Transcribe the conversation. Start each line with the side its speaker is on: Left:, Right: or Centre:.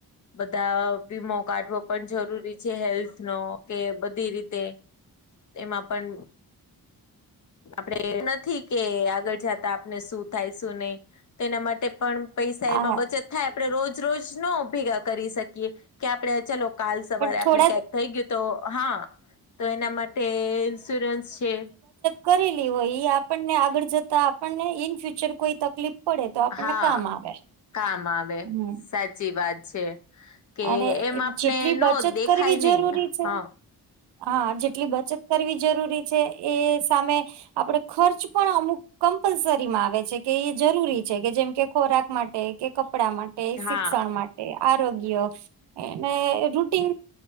Left: બધા વીમો કાઢવો પણ જરૂરી છે, હેલ્થનો કે બધી રીતે એમાં પણ આપડે નથી કે આગળ જતા આપને શું થાય શું નઈ, તો એના માટે પણ પૈસા એમાં
Right: આ
Left: બચત થાય આપડે રોજ રોજ નો ભેગા કરી શકીએ કે આપડે ચલો કાલ સવારે
Right: પણ
Left: આપને
Right: થોડા
Left: કંઈક થઈ ગયું તો હા તો એના માટે ઇન્સ્યોરન્સ છે.
Right: કરી લેવો ઈ આપણને આગળ જતા આપણને ઈન ફ્યુચર કોઈ તકલીફ પડે તો આપણને
Left: હા
Right: કામ આવે,
Left: કામ આવે
Right: હમ્મ
Left: સાચી વાત છે. કે
Right: અને
Left: એમ આપને
Right: જેટલી
Left: ન
Right: બચત
Left: દેખાય
Right: કરવી જરૂરી
Left: નહી
Right: છે.
Left: હા
Right: હા જેટલી બચત કરવી જરૂરી છે એ સામે આપડે ખર્ચ પણ અમુક કમ્પલસરીમાં આવે છે કે એ જરૂરી છે કે જેમ કે ખોરાક માટે કે કપડા મા કે
Left: હા
Right: શિક્ષણ માટે આરોગ્ય અને રૂટીન